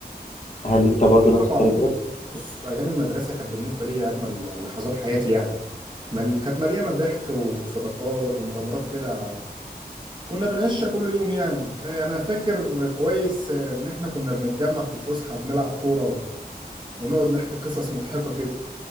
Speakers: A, on the left; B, on the right.
A: هل انت برضو
B: اكيد
A: نفس
B: طبعا
A: الكلام كده
B: بص ايام المدرسه كانت بالنسبه لي اجمل لحظات حياتي يعني مل... كانت مليانه ضحك وصداقات ومغامرات كده كنا بنقشع كل يوم يعني آه، انا فاكر كويس آه، ان احنا كنا بنتجمع في الفسحه بنلعب كوره و- ونقعد نحكي قصص مضحكه كده